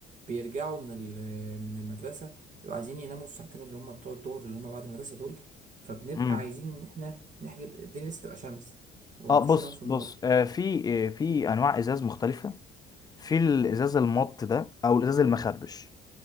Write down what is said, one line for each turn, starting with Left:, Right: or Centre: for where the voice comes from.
Right: بيرجعوا من ال- من المدرسه بيبقوا عايزين يناموا الساعتين اللي هم بتوع الظهر اللي هم بعد المدرسه دول فبنبقى
Left: امم
Right: عايزين ان احنا نحجب الدنيا لسه تبقى شمس ومعرفش
Left: اه بص
Right: يناموا في النور
Left: بص آه في آه في انواع ازاز مختلفه في الازاز المط ده او الازاز المخربش